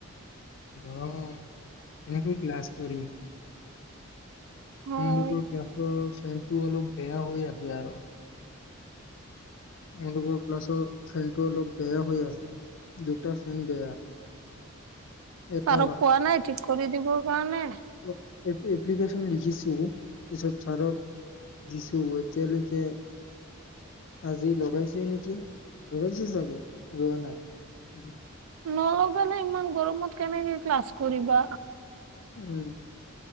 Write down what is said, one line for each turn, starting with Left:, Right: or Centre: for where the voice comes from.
Left: গৰম। এনে ক্লাছ। কৰিম।
Right: হয়,
Left: এওঁলোকৰ ক্লাছৰ। ফেনটো অলপ বেয়া হৈ আছে আৰু। এওঁলোকৰ ক্লাছৰ ফেন টো অলপ বেয়া হৈ আছে। ফেন বেয়া এটা
Right: ছাৰক কোৱা নাই ঠিক। কৰি দিবৰ কাৰণে
Left: উ এতিয়া এপ্লিকেশন লিখিছো। পিছত ছাৰক দিছো এতিয়ালৈকে আজি লগাইছে নেকি? গৈছে চাগে ৰোৱা নাই।
Right: নলগালে ইমান গৰমত কেনেকে ক্লাছ কৰিবা?
Left: উম।